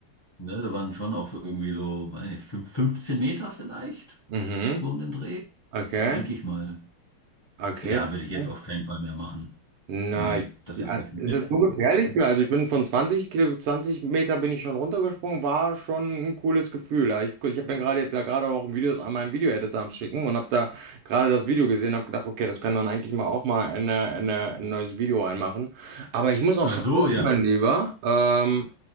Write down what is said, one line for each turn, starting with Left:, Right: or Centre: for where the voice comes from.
Left: Ne, da waren schon auch irgendwie so, weiß nicht, fünf- 15 Meter vielleicht,
Right: mhm,
Left: so um den Dreh,
Right: okay,
Left: denke ich mal.
Right: okay,
Left: Ja, würde ich jetzt
Right: okay.
Left: auf keinen Fall mehr machen.
Right: Na,
Left: Nee,
Right: ich,
Left: das
Right: ja,
Left: ist nicht.
Right: es ist so gefährlich. Ja, Also ich bin von zwanzig Kil- 20 Meter bin ich schon runtergesprungen, war schon ein cooles Gefühl. Ja, Ich, ich habe mir gerade jetzt ja gerade auch ein Video, an einmal Video-Editor am Schicken und habe da gerade das Video gesehen, habe gedacht, okay, das kann dann eigentlich mal auch mal eine, eine, ein neues Video reinmachen. Aber ich muss auch
Left: <laughs> Ach
Right: schon
Left: so,
Right: los,
Left: ja.
Right: mein Lieber. Ähm,